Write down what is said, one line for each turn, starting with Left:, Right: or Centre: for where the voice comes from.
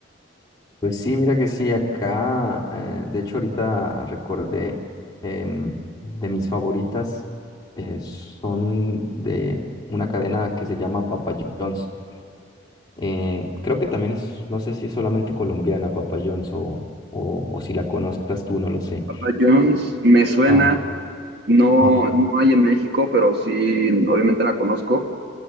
Left: Pues sí, mira que sí, acá, eh, de hecho ahorita recordé em, de mis favoritas, eh, son de una cadena que se llama Papa John's. Eh, creo que también es, no sé si es solamente colombiana Papa John's o, o, o si la conozcas tú, no lo sé.
Right: Papa John's me suena,
Left: Ah,
Right: No,
Left: ah,
Right: no hay en México, pero sí, obviamente la conozco.